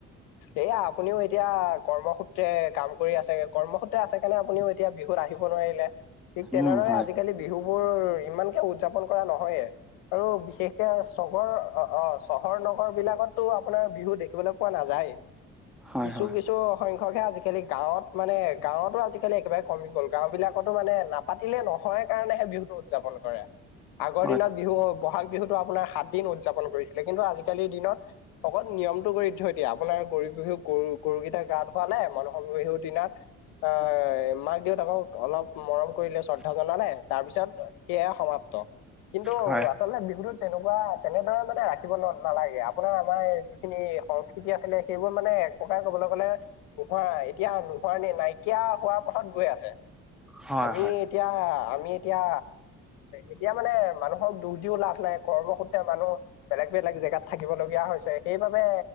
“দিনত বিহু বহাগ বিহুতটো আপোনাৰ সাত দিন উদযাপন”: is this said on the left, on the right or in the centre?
Left